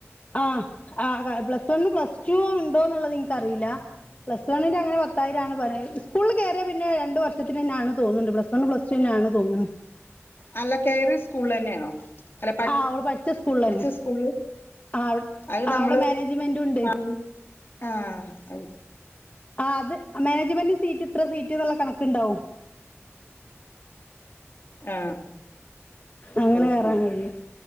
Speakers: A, on the left; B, on the left.
A: ആഹ് ആഹ് പ്ലസ് വണ്ണും പ്ലസ് ടു ഇണ്ടോന്നിള്ളത് ഇൻക്കറീല. പ്ലസ് വണ്ണിന്റെ അങ്ങനെ പത്തായിരാണ് പറയല് സ്കൂളില് കേറി പിന്നെ രണ്ട് വർഷത്തിനെന്നെ ആണ് തോന്ന്ണ്ട് പ്ലസ് വൺ പ്ലസ് ടുനെന്നെ ആണ് തോന്ന്ണ്.
B: അല്ല കേറിയ സ്കൂലിലെന്നേണോ അല്ല പടി
A: ആഹ് അവള് പഠിച്ച സ്കൂളിലന്നെ
B: പഠിച്ച സ്കൂളില്.
A: ആഹ്
B: അദ്
A: അവിടെ
B: നമ്മള്
A: മാനേജ്മെന്റുണ്ട്
B: <unintelligible> ആ അങ്ങ
A: ആ അത് മാനേജ്മെന്റ് സീറ്റ് ത്ര സീറ്റ്ന്ന്ള്ള കണക്കുണ്ടാവും.
B: ആ
A: അങ്ങനെ
B: അത്
A: കയറാൻ
B: ശരി
A: കഴിയും